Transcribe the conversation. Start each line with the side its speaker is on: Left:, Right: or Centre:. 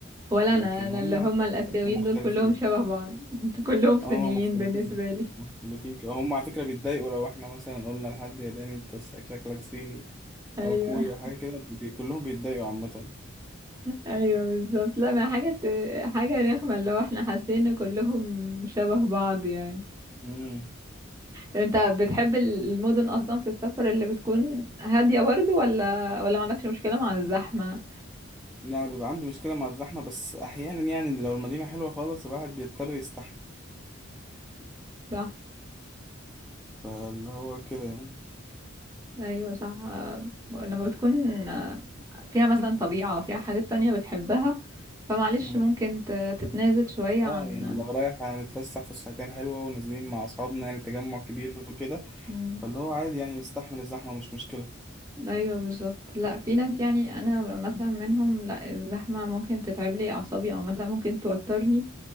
Right: ولا
Centre: لكن
Right: انا انا
Centre: هم
Right: اللي هما
Centre: هم
Right: الاسيويين
Centre: مختلفين
Right: دول كلهم شبه بعض <laughs> كلهم صينيين
Centre: اه هم مختلفين
Right: بالنسبه لي
Centre: مختلفين كده هم على فكرة بيتضايقوا لو احنا مثلا قلنا لحد ياباني انت شكلك صيني
Right: ايوه
Centre: او كوري او حاجة كده بي... كلهم بيتضايقوا عامة
Right: ايوه بالظبط لا ما حاجه حاجه رخمه اللي هو احنا حاسين ان كلهم شبه بعض يعني
Centre: امم
Right: انت بتحب المدن اصلا في السفر اللي بتكون هاديه برضو ولا ولا ما عندكش مشكله مع الزحمه
Centre: لا بيبقى عندي مشكلة مع الزحمة بس أحيانا يعني لو المدينة حلوة خالص الواحد بيضطر يستحمل
Right: صح
Centre: فاللي هو كده يعني
Right: ايوه صح آه، لما بتكون آه، فيها مثلا طبيعه فيها حاجات تانية بتحبها فمعلش
Centre: مم.
Right: ممكن ت- تتنازل شويه
Centre: اه
Right: عن
Centre: يعني لو رايح هنتفسح فسحتين حلوة ونازلين مع أصحابنا يعني تجمع كبير وكده
Right: مم.
Centre: فاللي هو عادي يعني نستحمل الزحمة مش مشكلة
Right: ايوه بالظبط لا في ناس يعني انا مثلا منهم لا الزحمه ممكن تتعب لي اعصابي او مثلا ممكن توترني